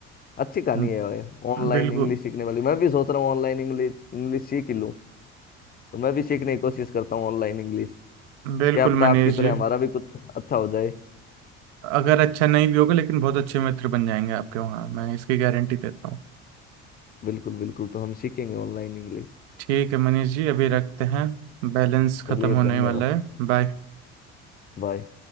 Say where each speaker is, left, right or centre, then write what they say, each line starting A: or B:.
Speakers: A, on the left (about 25°); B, on the right (about 80°).
A: अच्छी कहानी
B: हम्म,
A: है भाई ऑनलाइन
B: बिल्कुल
A: इंग्लिश सीखने वाली मैं भी सोच रहा हूँ ऑनलाइन इंग्लिश इंग्लिश सीख ही लूँ तो मैं भी सीखने की कोशिश करता हूँ ऑनलाइन इंग्लिश
B: बिल्कुल
A: क्या पता
B: मनीष
A: आपकी तरह
B: जी
A: हमारा भी कुछ अच्छा हो जाए
B: अगर अच्छा नहीं भी होगा लेकिन बहुत अच्छे मित्र बन जाएंगे आपके वहाँ मैं इसकी गारंटी देता हूँ
A: बिल्कुल बिल्कुल तो हम सीखेंगे ऑनलाइन इंग्लिश
B: ठीक है मनीष जी अभी रखते हैं बैलेंस खत्म
A: चलिए
B: होने
A: धन्यवाद
B: वाला है बाय
A: बाय